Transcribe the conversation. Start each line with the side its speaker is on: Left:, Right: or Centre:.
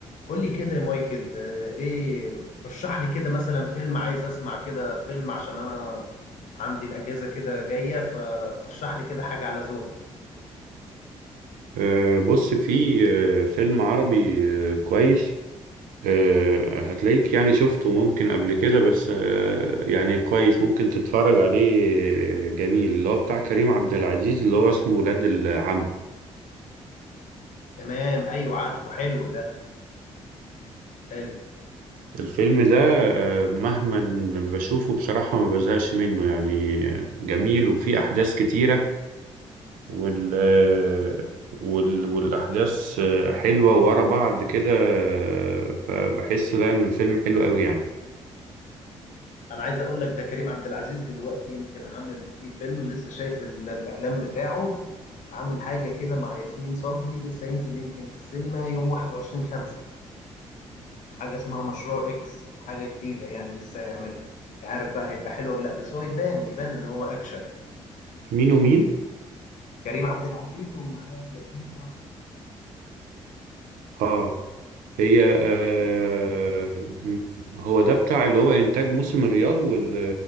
Left: قول لي كده يا مايكل آه، ايه رشح لي كده مثلا فيلم عايز اسمع كده فيلم عشان انا عندي الاجازه كده جايه فرشح لي كده حاجه على ذوقك
Right: آه، بص في آه، فيلم عربي آه، كويس آه، هتلاقيك يعني شفته ممكن قبل كده بس آه، يعني كويس ممكن تتفرج عليه آه، جميل اللي هو بتاع كريم عبد العزيز اللي هو اسمه ولاد العم
Left: تمام ايوه عارفه حلو ده حلو
Right: الفيلم ده آه، مهما بشوفه بصراحة ما بزهقش منه يعني آه، جميل وفيه أحداث كتيرة وال آه، وال والأحداث آه، حلوة ورا بعض كده آه، فبحس لا إن الفيلم حلو قوي يعني
Left: انا عايز اقول لك ده كريم عبد العزيز دلوقتي يمكن عامل فيه فيلم لسه شايف ال- الاعلان بتاعه عامل حاجه كده مع ياسمين صبري لسه هينزل يمكن السينما يوم 21 5 حاجه اسمها مشروع اكس حاجه جديده يعني لسه هيعملها مش عارف بقى هيبقى حلو ولا لا بس هو يبان يبان ان هو اكشن
Right: مين ومين
Left: كريم عبد العزيز ومعاه ياسمين صبري
Right: اه هي آه هو ده بتاع اللي هو انتاج موسم الريال وال...